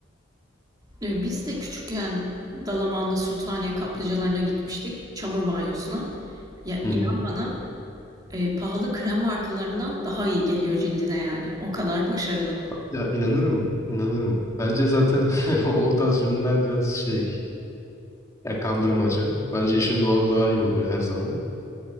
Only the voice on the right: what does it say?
Ee, Biz de küçükken Dalaman'da Sultaniye kaplıcalarına gitmiştik. Çamur banyosuna. Ya
inan
bana e, pahalı krem markalarından daha iyi geliyor cildine yani. O kadar başarılı.